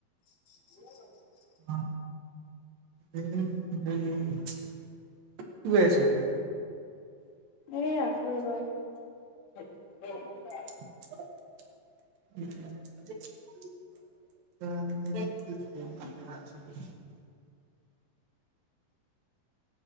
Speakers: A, on the left (about 80°); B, on the right (about 70°).
A: <unintelligible>
B: অ কি কৰি আছো এতিয়া
A: এ আছো ৰ
B: <inaudible> <unintelligible>